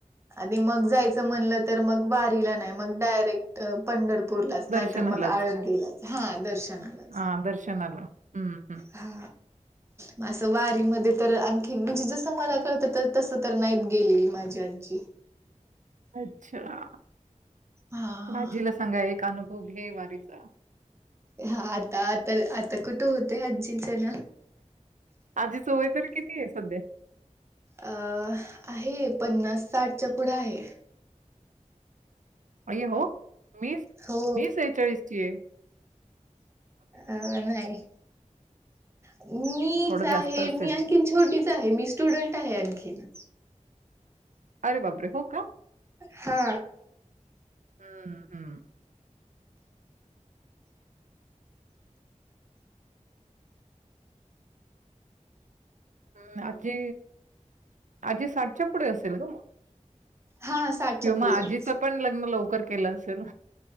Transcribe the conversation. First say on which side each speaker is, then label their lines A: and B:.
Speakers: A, on the right; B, on the right.
A: आणि मग जायचं म्हणलं तर मग वारीला नाही मग डायरेक्ट पंढरप पूरलाच नाही
B: दर्शनालाच.
A: तर मग आळंदीलाच हा.. दर्शनालाच
B: हां, दर्शनाला. हं, हं.
A: हा म अस वारी मध्ये तर आणखी म्हणजे जसं मला कळत तसं तर नाहीत गेलेली माझी आजी जी
B: अच्छा
A: हा
B: आजीला सांगा एक अनुभ होघे वारीचा
A: हा आता तर आता कुठ त होते आज्जींचण
B: आजीचं वय तरी किती आहे सध्या?
A: अं आहे पन्नास साठच्या पुढ आहे
B: अय्या हो मी-मी
A: हो
B: सेहेचाळीसचिये
A: अ न मीच
B: थोडं जास्त
A: आहे
B: असेल.
A: मी आणखीन छोटीच आहे मी स्टुडंट आहे आणखीन
B: अरे बाबरे हो का
A: हा
B: हम्म हम्म हम् आजी आजी साठच्या पुढे असेल ग मग
A: हा साठच्या
B: किंवा
A: पुढेच
B: आजीच पण लग्न लवकर केलं असेल